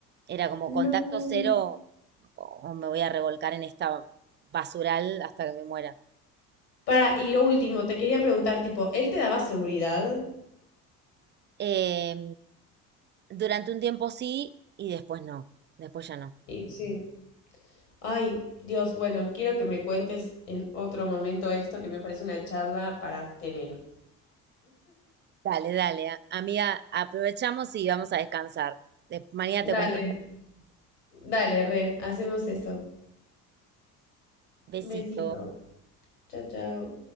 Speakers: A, on the right; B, on the left.
A: Era como
B: no.
A: contacto cero o o me voy a revolcar en esta basural hasta que me muera.
B: Para, y lo último, te quería preguntar, tipo, ¿él te daba seguridad?
A: Eh, durante un tiempo sí y después no, después ya no.
B: Y sí. Ay, Dios, bueno, quiero que me cuentes en otro momento esto que me parece una charla para tener.
A: Dale, dale, a- amiga, aprovechamos y vamos a descansar. De- mañana te
B: Dale,
A: cuento.
B: dale, re, hacemos eso.
A: Besito.
B: Besito. Chao, chao.